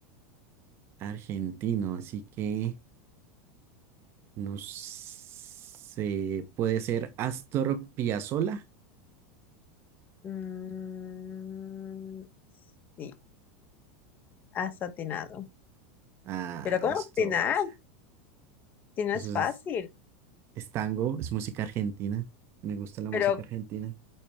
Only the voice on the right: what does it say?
argentino, así que no sé, puede ser Astor Piazzolla.
Ah,
esto
fácil.
Eso
es, es tango, es música argentina. Me gusta la
música argentina